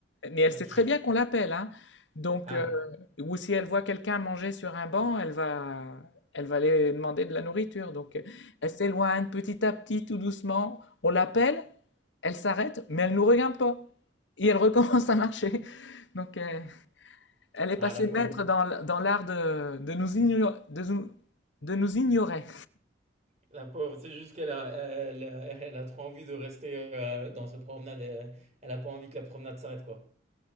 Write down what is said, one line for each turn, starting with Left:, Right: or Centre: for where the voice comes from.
Left: Mais elle
Right: Ok.
Left: sait très bien qu'on l'appelle, hein. Donc,
Right: Ah.
Left: heu, ou si elle voit quelqu'un manger sur un banc, elle va elle va aller demander de la nourriture. Donc, heu, elle s'éloigne petit à petit, tout doucement. On l'appelle, elle s'arrête, mais elle nous regarde pas et elle <laughs> recommence à marcher. Donc, heu, elle est
Right: Ah,
Left: passée
Right: la pauvre.
Left: maître dans l dans l'art de de nous igno de nous de nous ignorer.
Right: La pauvre, c'est juste qu'elle a, elle, elle a trop envie de rester euh, dans cette promenade. Elle, elle a pas envie que la promenade s'arrête, quoi.